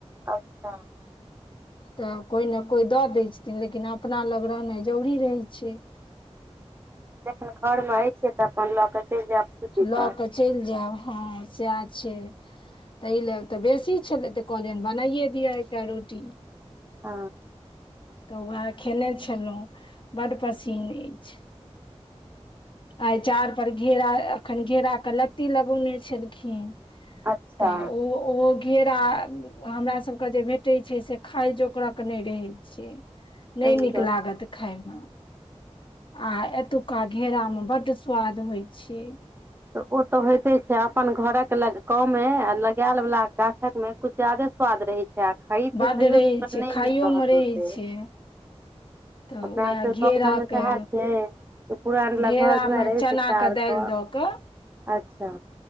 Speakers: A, on the right; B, on the left.
A: अच्छा।
B: त कोइ ने कोइ दऽ दै छथिन लेकिन अपना लग रहनाइ जरूरी रहैत छै
A: जन घर मे अछिइ छियै तऽ अपन लऽ कऽ चलि जायब की दिक्कत
B: लऽ के चलि जायब ह सएह छै ताहि लऽ तऽ बेसी छलै तऽ कहलियनि बनाइये दियअ एकटा रोटी
A: आ
B: तऽ उएह खेने छलहुँ बड़ पसीन अछि आ चाड़ पर घेरा एखन घेरा के लत्ती लगौ ने छलखिन
A: अच्छा
B: त ओहो ओहो घेरा हमरा सभके जे भेटै छै से खाय जोगरक नहि रहै छिय
A: सही
B: नहि नीक
A: गप
B: लागत खाय मे आ एतुका घेरा मे बड स्वाद होइ छै।
A: तऽ ओ तऽ होइते छै अपन घरक गाव मे आ लगायल वला गाछकमे किछु ज्यादे स्वाद रहै छै आ खरीद
B: बड्ड
A: कऽ खैयौ
B: रहै
A: त
B: छै
A: नहि
B: खाइयोमे
A: नीक रहत
B: रहै
A: ओते
B: छै तऽ
A: अपना
B: उएह
A: ओत
B: घेराके
A: गाव घर मे सेह छै पुराल बला
B: घेरामे
A: घर दुआरिअय
B: चनाके
A: चार
B: दालि
A: पर---अच्छा
B: दऽ कऽ